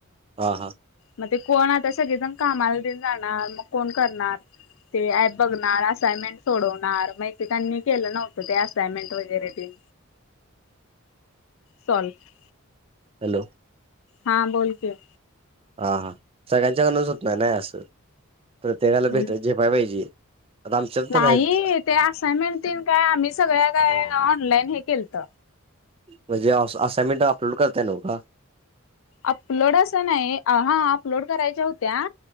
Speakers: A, on the right; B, on the left.
A: हा हा.
B: मग ते कोण आता सगळीजण कामाला तेन जाणार मग कोण करणार. ते ॲप बघणार असायमेंट सोडवणार मग, एकेकांनी केलं नव्हतं ते असायमेंट वगैरे ते.
A: <inaudible>
B: सोल्व.
A: हॅलो.
B: हां बोल की.
A: हा हा सगळ्यांच्याकडूनच होत नाही ना असं, प्रत्येकाला भेट
B: हम्म
A: झेपायला पाहिजे. आता आमच्यात पण
B: नाही
A: आहेत
B: ते असायमेंट तेन काय आम्ही, सगळ्या काय ऑनलाईन हे केलंत.
A: म्हणजे असायमेंट अपलोड करताय नवं का.
B: अपलोड असं नाही हा, अपलोड करायच्या होत्या.